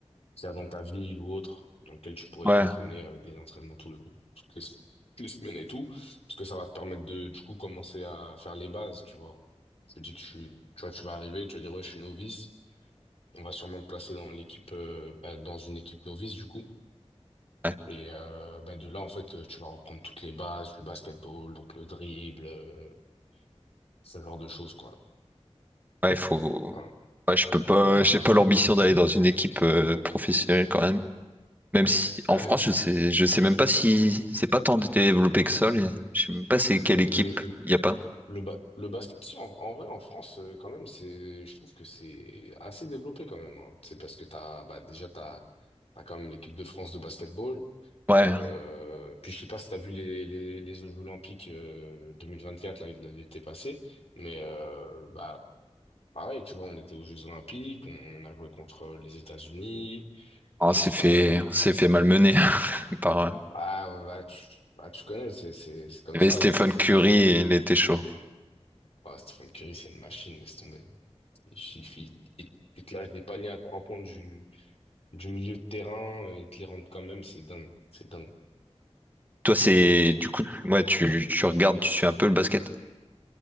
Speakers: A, on the left; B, on the right.
A: c'est dans ta ville ou autre, dans lequel tu pourrais
B: Ouais,
A: t'entraîner euh, des entraînements tout le- toutes les, s- toutes les semaines et tout, parce que ça va te permettre de, du coup, commencer à faire les bases, tu vois. Je te dis que je suis- tu vois, tu vas arriver, tu vas dire, ouais, je suis novice, on va sûrement te placer dans l'équipe, euh, bah, dans une équipe novice, du coup.
B: ouais,
A: Et euh, bah, de là, en fait, euh, tu vas reprendre toutes les bases, le basketball, donc le dribble, euh, ce genre de choses, quoi.
B: ouais, il faut.
A: Voilà.
B: Ouais, je peux pas, j'ai pas l'ambition d'aller dans une équipe euh, professionnelle quand même. Même si en
A: <laughs>
B: France, je sais, je sais même pas si c'est pas tant développé que ça. les- Je sais même pas c'est quelle
A: Le,
B: équipe.
A: le,
B: Il Y a pas.
A: Le, ba- le basket, si, en, en vrai, en France, euh, quand même, c'est, je trouve que c'est assez développé quand même. hein. C'est parce que t'as, bah, déjà, t'as, t'as quand même l'équipe de France de basketball.
B: Ouais,
A: Euh, puis, je sais pas si t'as vu les, les, les Jeux Olympiques euh, 2024, là, l'été passé. Mais, euh, bah, pareil, tu vois, on était aux Jeux Olympiques, on, a joué contre les États-Unis,
B: Ah,
A: contre
B: on s'est
A: l'Espagne.
B: fait, on s'est fait malmener <laughs> par. euh,
A: Ah, bah, tu, bah, tu connais, c'est, c'est, c'est comme
B: Il y
A: ça
B: avait Stephen
A: après, tu
B: Curry,
A: sais, c'est,
B: et il était chaud.
A: oh, Stephen Curry, c'est une machine, laisse tomber. Il suffit, il il te lâche des paniers à trois points du, du milieu de terrain, euh, il te les rentre quand même, c'est dingue, c'est dingue.
B: Toi, c'est du coup, ouais, tu, tu regardes, tu suis un peu le basket.